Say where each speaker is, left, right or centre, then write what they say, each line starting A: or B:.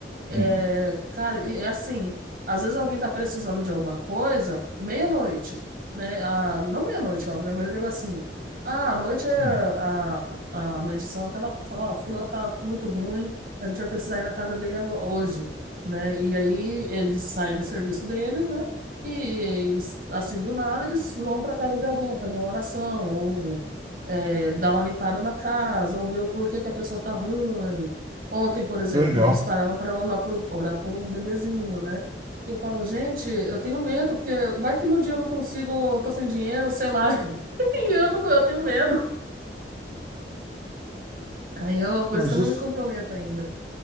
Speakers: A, on the right; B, on the right.
A: É,
B: Sim,
A: cara, e é assim, às vezes alguém tá precisando de alguma coisa, meia-noite, né? Ah, não meia-noite, óbvio, né? Mas eu digo assim, ah, à noite é a,
B: sim,
A: a mãe de santo, ela fala, ó, fulano tá muito ruim, a gente vai precisar ir na casa dele agora, hoje, né? E aí eles saem do serviço deles, né? E, e, assim, do nada, eles vão pra casa de alguém, fazer uma oração, ou é, dar uma limpada na casa, ou ver o porquê que a pessoa tá ruim, Ontem, por exemplo,
B: que legal.
A: né, eles pararam para orar por, orar por um bebezinho, né? E eu falo, gente, eu tenho medo, porque vai que no dia eu não consigo, eu tô sem dinheiro, sei lá. <laughs> E eu não, eu tenho medo. Aí eu, por
B: Mas
A: isso que eu
B: isso.
A: não me comprometo ainda.